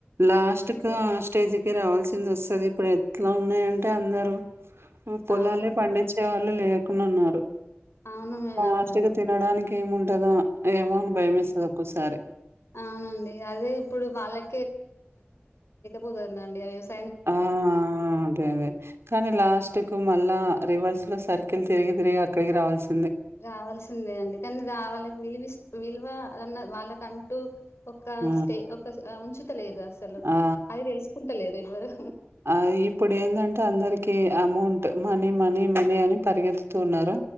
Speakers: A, on the right (about 70°); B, on the left (about 85°).
A: లాస్ట్
B: అవునండి
A: కు
B: అదే
A: స్టేజకి రావాలీ కింద వస్తది ఇప్పుడు ఎట్లా ఉన్నాయంటే అందరు పొలాలే
B: అవునండి
A: పండించే వాళ్ళు లేరు న్నారు
B: అవును
A: ప్లాస్టిక్
B: అవునండి
A: తినడానికి ఏముంటదో ఏమో అని
B: అవునండి
A: భయమేస్తది ఒక్కోసారి.
B: అవునండి అదే ఇప్పుడు బాల <unintelligible>
A: ఆ అదే అదే కానీ లాస్ట్కు మళ్ళా రివర్స్ సర్కిల్ తిరిగి తిరిగి అక్కడికి రావలి <unintelligible>
B: రావాల్సిందే అండి కానీ వాళ్ళకి విలువ విలువ <unintelligible> వాళ్ళక అంటూ ఒక
A: ఆ!
B: స్టే ఒక ఉంచుతలేదు అసలు
A: ఆ!
B: అది తెలుసుకుంటలేదు ఎవ్వరు
A: ఆ ఇప్పుడు ఏందంటే అందరికి అమౌంట్ మనీ మనీ మనీ అని పరిగెత్తుతు ఉన్నార